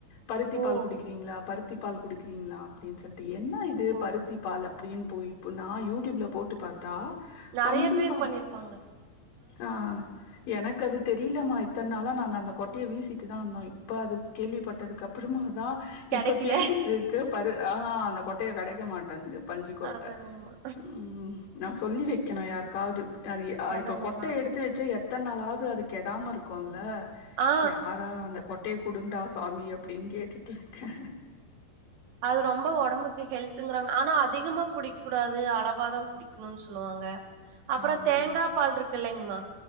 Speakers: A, on the left (about 70°); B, on the right (about 75°).
A: பருத்தி
B: ஓ
A: பால் குடிக்கிறீங்களா பருத்தி பால் குடிக்கிறீங்ளா அப்டின் சொல்ட்டு என் ன இது
B: ஓ
A: பருத்தி பால் அப்புடின் போய் இப்ப நா யூடியூப்ல போட்டு பாத் தா
B: நெறைய
A: பஞ்சிப்பா
B: பேர் பண்ணிருப்பாங்க
A: ஆ எனக்கு அது தெரிலமா இத்தன் நாளா நாங்க அந்த கொட்டிய வீசிட்டு தா இந்தோ இப்ப அது கேள்விப்பட்டதுக்கு அப்புறமா தா
B: கெடைக்கல
A: இப்ப தேடிட்ருக் கே பரு ஆ அந்த கொட்டையே கெடைக்க மாட்டேன்து பஞ்சு கொட்ட
B: அதாங்மா
A: ம் நா சொல்லி வெக்கணு யாருக்காவ்து அது அ
B: அதாங்கமா
A: இப்ப கொட்டை எடுத்து வெச்சா எத்தன் நாளாவ்து அது கெடாம இருக்குல
B: ஆ
A: யாரா அந்த கொட் டைய குடுங்டா சாமி அப்பிடின் கேட்டுட்ருக்கே
B: அது ரொம்ப ஒடம்புக்கு ஹெல்துங்றாங்க ஆனா அதிகமா குடிக் கூடாது அளவா தா குடி க்கணுன் சொல்லுவாங்க அப்பற
A: அம்
B: தேங்கா பால் ருக்கு இல்லைங்மா